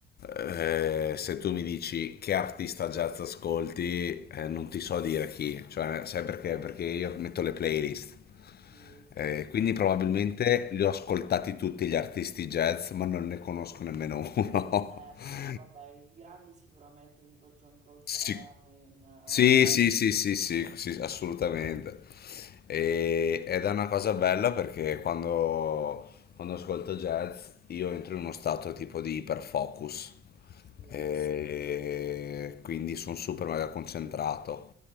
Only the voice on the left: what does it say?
eh, se tu mi dici che artista jazz ascolti, eh, non ti so dire chi, cioè, sai perché? Perché io metto le playlist.
Eh,
quindi probabilmente li ho ascoltati tutti gli artisti jazz, ma non ne conosco nemmeno uno.
<laughs>
Sì. Sì,
sì, sì, sì, sì, sì, assolutamente. E- ed è una cosa bella perché quando, quando ascolto jazz io entro in uno stato tipo di iperfocus
e quindi sono super mega concentrato.